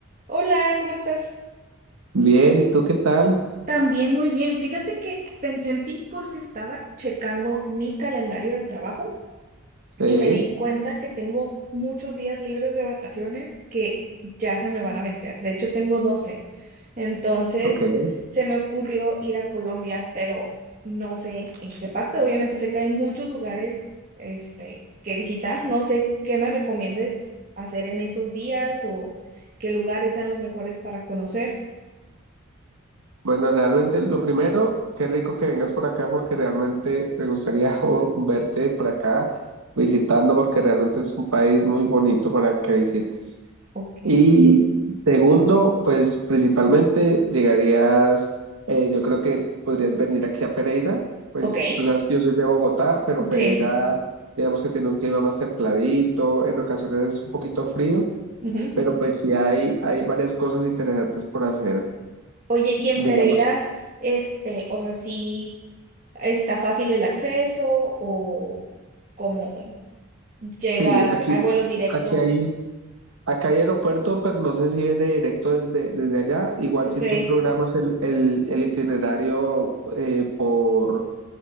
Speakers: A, on the right (about 35°); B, on the right (about 80°).
A: Hola, ¿cómo estás?
B: Bien, ¿y tú qué tal?
A: También muy bien. Fíjate que pensé en ti porque estaba checando mi calendario del trabajo
B: Sí,
A: y me di cuenta que tengo muchos días libres de vacaciones que ya se me van a vencer. De hecho, tengo 12. Entonces,
B: ok.
A: se me ocurrió ir a Colombia, pero no sé en qué parte. Obviamente sé que hay muchos lugares, este, que visitar. No sé qué me recomiendes hacer en esos días o qué lugares sean los mejores para conocer.
B: Bueno, realmente lo primero, qué rico que vengas por acá porque realmente me gustaría <laughs> o, verte por acá visitando porque realmente es un país muy bonito para que visites.
A: Ok.
B: Y segundo, pues principalmente llegarías, eh, yo creo que podrías venir aquí a Pereira, pues
A: Ok,
B: tú sabes que yo soy de Bogotá, pero Pereira,
A: sí.
B: digamos que tiene un clima más templadito, en ocasiones es un poquito frío.
A: ujú.
B: pero pues sí hay, hay varias cosas interesantes por hacer.
A: Oye, y en Pereira,
B: Digamos,
A: este, o sea, sí está fácil el acceso o cómo llegas,
B: sí, aquí,
A: hay vuelos directos.
B: aquí hay, acá hay aeropuerto, pero no sé si viene directo desde, desde allá. Igual
A: Ok,
B: si tú programas el, el, el itinerario eh, por,